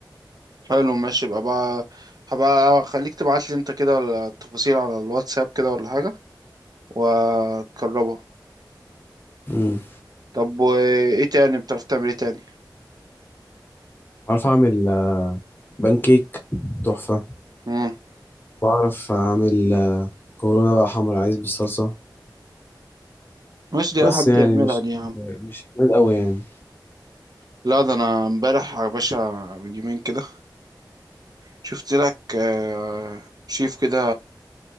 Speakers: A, on the right (about 55°); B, on the left (about 25°).
A: حلو ماشي يبقى بقى هبقى خليك تبعت لي انت كده التفاصيل على الواتساب كده ولا حاجه وتجربها
B: مم.
A: طب وايه تاني بتعرف تعمل ايه تاني
B: عارف أعمل بانكيك تحفة
A: مم.
B: بعرف أعمل آه، كورونا بقى حمر عايز بالصلصة
A: ماشي دي
B: بس
A: اي حد
B: يعني
A: يعملها
B: مش
A: دي يا عم
B: مش جامد أوي يعني
A: لا ده انا امبارح يا باشا من يومين كده شفت لك آه، شيف كده